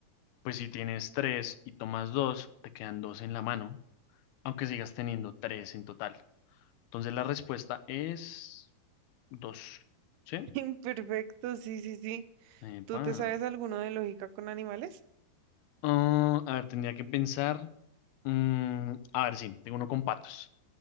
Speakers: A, on the left; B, on the right.
A: Pues si tienes tres y tomas dos, te quedan dos en la mano, aunque sigas teniendo tres en total. Entonces la respuesta es dos. ¿Sí?
B: <laughs> Imperfecto, sí, sí, sí.
A: Epa.
B: ¿Tú te sabes alguno de lógica con animales?
A: Ah, a ver, tendría que pensar. Mm, a ver, sí, tengo uno con patos.